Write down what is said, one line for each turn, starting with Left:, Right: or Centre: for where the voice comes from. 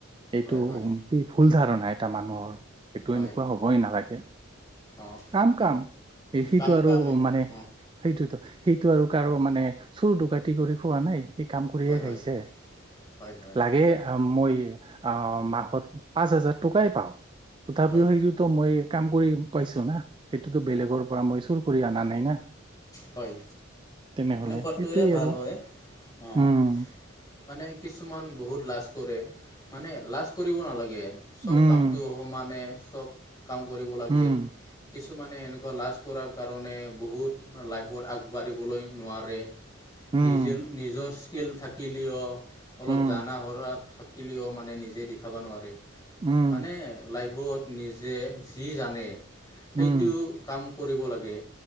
Right: এইটো
Left: হয় হয়
Right: কি ভুল ধাৰণা এই এটা মানুহৰ সেইটো
Left: হয়
Right: এনেকুৱা হ'বই নালাগে।
Left: অঁ
Right: কাম কাম এচিতো
Left: কাম
Right: আৰু
Left: কামে
Right: মানে
Left: অঁ
Right: সেইটোৱেটো সেইটো আৰু কাৰো মানে চুৰ দকাটি কৰি খোৱা নাই। সি কাম কৰিহে
Left: হয়
Right: খাইছে,
Left: হয় হয় হয়
Right: লাগে মই অ মাহত পাঁচ হাজাৰ টকাই পাওঁ তথাপিও
Left: হয়
Right: সেইটোতো মই কাম কৰি পাইছো না সেইটোতো বেলেগৰ পৰা মই চুৰ কৰি অনা নাই না।
Left: হয়।
Right: তেনেহলে
Left: এনেকুৱাটোৱে
Right: সেইটোয়ে
Left: ভাল
Right: আৰু
Left: হয় অঁ
Right: উম
Left: মানে কিছুমান বহুত লাজ কৰে মানে লাজ কৰিব নালাগে চব
Right: উম
Left: কামটো সমানে চব। কাম কৰিব লাগে
Right: উম
Left: কিছুমানে এনেকুৱা লাজ কৰাৰ কাৰণে বহুত লাইফত আগবাঢ়িবলৈ নোৱাৰে
Right: উম
Left: নিজেল নিজছ স্কেল থাকিলেও অলপ
Right: উম
Left: জানাহৰা থাকিলেও মানে নিজে দিখাব নোৱাৰে।
Right: উম
Left: মানে লাইফত নিজে যি জানে সেইটো
Right: উম
Left: কাম কৰিব লাগে